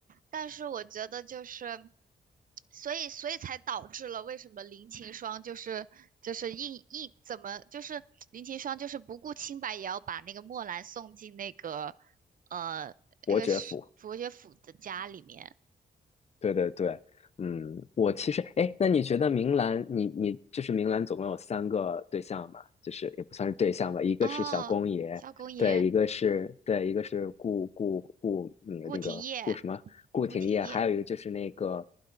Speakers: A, on the right; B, on the left.
A: 但是我觉得就是，所以所以才导致了为什么林晴霜就是就是硬硬怎么就是林晴霜就是不顾清白也要把那个墨兰送进那个呃那个是佛学府的家里面
B: 伯爵府。对对对，嗯，我其实，哎，那你觉得明兰，你你就是明兰，总共有三个对象嘛？就是也不算是对象吧，一个是小公爷，
A: 哦，萧公爷
B: 对，一个是对，一个是顾顾顾，那个那个顾什么顾廷烨，
A: 顾廷烨，顾廷烨
B: 还有一个就是那个